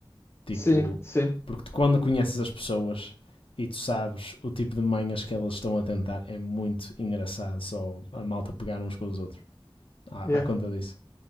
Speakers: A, on the left; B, on the left.
A: Tipo,
B: Sim, sim.
A: porque tu, quando conheces as pessoas e tu sabes o tipo de manhas que elas estão a tentar, é muito engraçado só a malta pegar uns com os outros. À,
B: Yeah.
A: à conta disso.